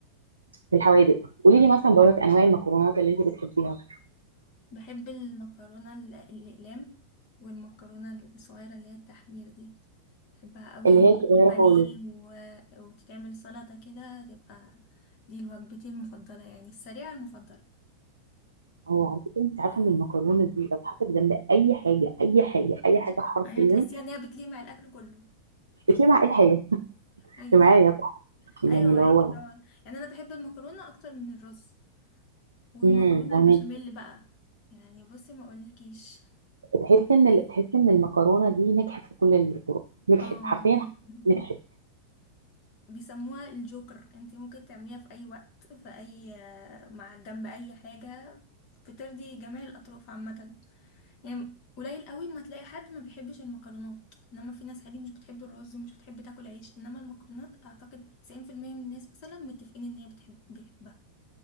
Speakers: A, on the right; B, on the left.
A: في الحوادق قولي لي مثلا برضك انواع المكرونات اللي انت بتحبيها
B: بحب المكرونه ال- الاقلام والمكرونه الصغيره اللي هي التحمير دي بحبها قوي
A: اللي هي الصغيره
B: مع البانيه
A: خالص
B: و... وتتعمل سلطة كده تبقى دي وجبتي المفضلة يعني السريعة المفضلة
A: هو على فكره انت عارفه ان المكرونه دي لو اتحطت جنب اي حاجه اي حاجه اي حاجه حرفيا
B: هي تحسيها ان هي بتليق مع الاكل كله
A: بتيجي مع اي حاجه انت
B: ايوه
A: معايا
B: <laughs>
A: صح؟ يعني
B: ايوه معاكي
A: اللي هو
B: طبعا يعني انا بحب المكرونة اكتر من الرز والمكرونة
A: امم فاهمك
B: البشاميل بقى يعني بصي ما اقولكيش
A: تحس ان ال- تحس ان المكرونه دي نجحت في كل الطرق نجحت
B: اه
A: حرفيا
B: والله <laughs>
A: نجحت
B: بيسموها الجوكر انتي ممكن تعمليها في اي وقت في اي مع جنب اي حاجة بترضي جميع الاطراف عامة يعني قليل قوي ما تلاقي حد ما بيحبش المكرونات انما في ناس عادي مش بتحب الرز ومش بتحب تاكل عيش انما المكرونات اعتقد 90% من الناس مثلا متفقين ان هي بتحب بيحبها